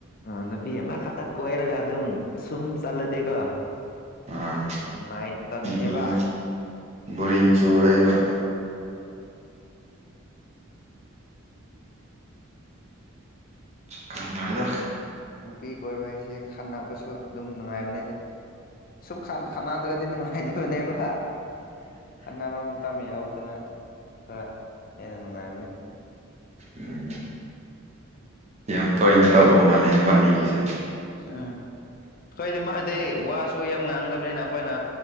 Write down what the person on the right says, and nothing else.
ꯑꯥ
ꯕꯣꯔꯤꯡ ꯕꯣꯔꯤꯡ ꯆꯨꯔꯛꯏꯕ
ꯈꯪꯗꯋꯗ
ꯎꯝ ꯌꯥꯝ ꯇꯣꯏꯅ ꯇꯧꯕ ꯃꯥꯜꯂꯦꯅꯕꯥꯅꯤꯒꯤꯁꯦ